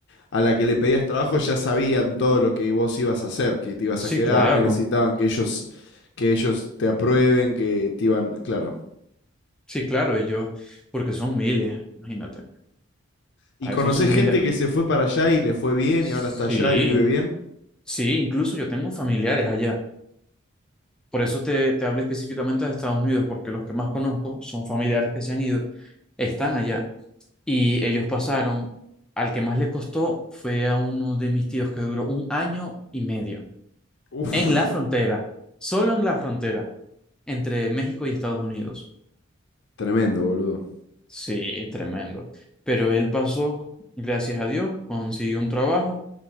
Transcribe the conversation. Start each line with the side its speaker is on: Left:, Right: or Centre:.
Left: a la que le pedías trabajo ya sabían todo lo que vos ibas a hacer, que te ibas
Centre: sí,
Left: a quedar,
Centre: claro,
Left: que necesitaban que ellos, que ellos te aprueben, que te iban, claro.
Centre: sí, claro, ellos, porque son miles, imagínate.
Left: ¿Y
Centre: A
Left: conocés
Centre: esos son
Left: gente
Centre: miles.
Left: que se fue para allá y le fue bien
Centre: Sí,
Left: y ahora está allá y vive bien?
Centre: sí, incluso yo tengo familiares allá. Por eso te, te hablé específicamente de Estados Unidos, porque los que más conozco son familiares que se han ido, están allá. Y ellos pasaron, al que más le costó fue a uno de mis tíos que duró un año y medio
Left: Uf,
Centre: en la frontera, solo en la frontera, entre México y Estados Unidos.
Left: tremendo, boludo.
Centre: Sí, tremendo. Pero él pasó, gracias a Dios, consiguió un trabajo